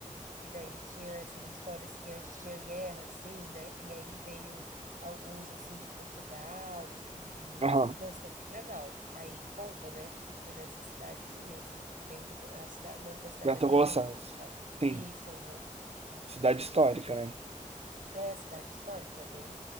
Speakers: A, on the right; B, on the right.
A: e daí tinha essas histórias que antes tinha guerra, assim, né? E aí veio alguns, assim, de Portugal, e.
B: Aham.
A: Nossa, é bem legal. Aí conta, né? Porque foi nessa cidadezinha, assim, Bento, a cidade, o nome da cidade
B: Bento
A: é até
B: Gonçalves.
A: Bento Gonçalves.
B: Sim.
A: Isso, aham.
B: Cidade histórica, né?
A: É, cidade histórica, é bem